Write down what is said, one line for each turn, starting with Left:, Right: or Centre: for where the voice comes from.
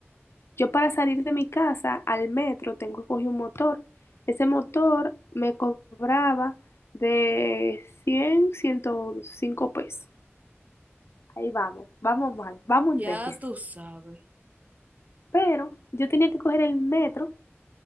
Left: Yo para salir de mi casa al metro tengo que coger un motor. Ese motor me cobraba de cien, ciento cinco pesos. Ahí vamos, vamos mal, vamos
Right: Ya
Left: en déficit.
Right: tú sabes.
Left: Pero yo tenía que coger el metro.